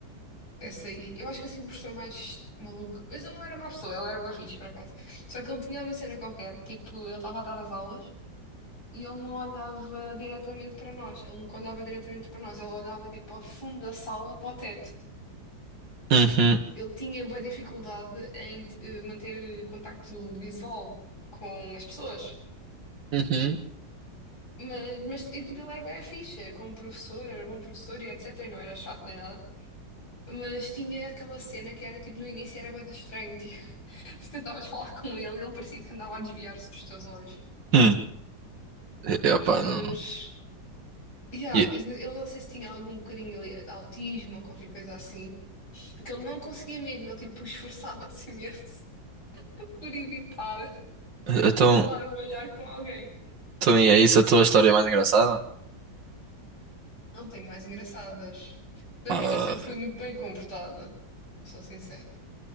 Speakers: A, on the left (about 55°); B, on the right (about 70°).
A: essa aí, eu acho que assim o professor mais maluco, mas ele não era má pessoa, ele era barris, por acaso. Só que ele tinha uma cena qualquer, tipo, ele estava a dar as aulas e ele não olhava diretamente para nós, ele nunca olhava diretamente para nós, ele olhava tipo ao fundo da sala para o teto.
B: Uhum,
A: Ele tinha boa dificuldade em eh, manter contacto visual com as pessoas.
B: uhum,
A: Mas, mas e, tipo, ele era bué ficha como professor, era bom professor e etc. E não era chato nem nada. Mas tinha aquela cena que era tipo no início era bem estranho, tipo, <laughs> se tentavas falar com ele, ele parecia que andava a desviar-se dos teus olhos.
B: hum. E, opá,
A: Mas,
B: não.
A: yeah,
B: E,
A: eu não sei se tinha algum bocadinho ali, autismo ou qualquer coisa assim, que ele não conseguia mesmo, ele tipo esforçava-se imenso <laughs> por evitar
B: então,
A: cruzar o olhar com alguém.
B: então e é isso a tua história mais engraçada?
A: Não tenho mais engraçadas. Bem
B: Ah,
A: que Eu sempre fui muito bem comportada, sou sincera.